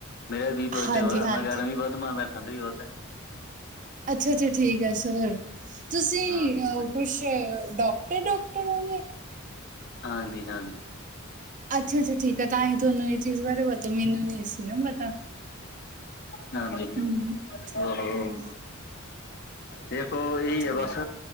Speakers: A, on the left; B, on the right.
A: ਮੇਰਾ ਬੀ ਪੋਜ਼ੀਟਿਵ
B: ਹਾਂਜੀ
A: ਆ
B: ਹਾਂਜੀ
A: ਮੈ ਕੈ <unintelligible> ਨੋਟ ਵੈਜ ਖਾਂਦੇ ਈ ਹੋਵੋਗੇ
B: ਅੱਛਾ-ਅੱਛਾ ਠੀਕ ਐ ਸੋਅਰ ਤੁਸੀਂ
A: ਹਾਂਜੀ
B: ਅਹ
A: ਹਾਂ
B: ਕੁਛ ਏ ਡਾੱਕਟਰ-ਡਾੱਕਟਰ ਹੈਗੇ।
A: ਹਾਂਜੀ-ਹਾਂਜੀ।
B: ਅੱਛਾ-ਅੱਛਾ ਠੀਕ ਆ ਤਾਂ ਹੀ ਤੁਆਨੂੰ ਏ ਚੀਜ਼ ਬਾਰੇ ਪਤਾ ਮੈਨੂੰ ਨੀ ਸੀ ਨਾ ਪਤਾ।
A: ਹਾਂਜੀ-ਹਾਂਜੀ
B: ਹਮ,
A: ਓ ਹੋ
B: ਹਾਂ,
A: ਦੇਖੋ ਏਹੀ
B: ਤੇ-
A: ਐ ਬਸ